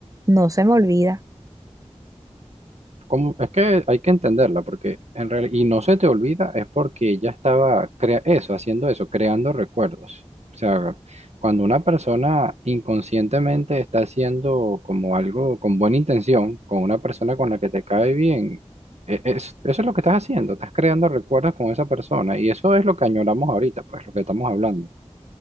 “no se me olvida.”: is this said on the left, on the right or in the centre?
Right